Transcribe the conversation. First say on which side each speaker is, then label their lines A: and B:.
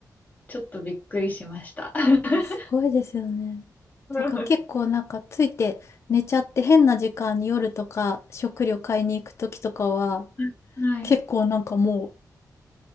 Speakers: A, on the left; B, on the left.
A: ちょっとびっくりしました。<laughs>
B: あ、すごいですよね。
A: は
B: だから結構なんかついて寝ちゃって変な時間に夜とか食料買いに行く時とかは
A: い。<laughs>
B: 結構なんかも